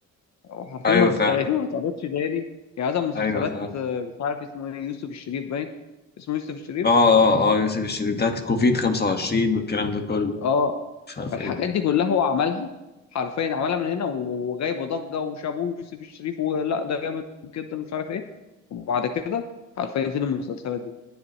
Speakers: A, on the left; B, on the left.
A: هو حرفيا
B: ايوه
A: ما بتتعرض
B: فعلا
A: <laughs> ما بتتعرضش تاني يعني مثلا مسلسلات
B: ايوه فعلا
A: آه، مش عارف اسمه إيه يوسف الشريف باين اسمه يوسف الشريف
B: اه اه اه يوسف الشريف بتاعت كوفيد 25 والكلام ده كله
A: اه
B: مش عارف
A: الحاجات
B: ايه
A: دي كلها هو عملها حرفيا عملها من هنا وجايبه ضجه وشابوه يوسف الشريف ولا ده جامد جدا ومش عارف ايه وبعد كده حرفيا فين المسلسلات دي؟